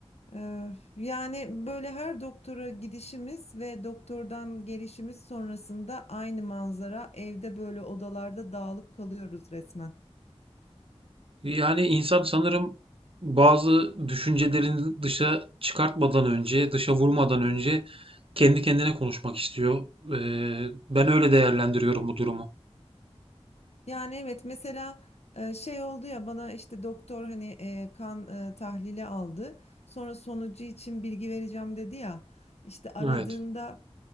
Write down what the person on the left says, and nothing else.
Ee, yani böyle her doktora gidişimiz ve doktordan gelişimiz sonrasında aynı manzara evde böyle odalarda dağılıp kalıyoruz resmen.
Yani evet mesela e, şey oldu ya bana işte doktor hani e, kan e, tahlili aldı. Sonra sonucu için bilgi vereceğim dedi ya. İşte aradığında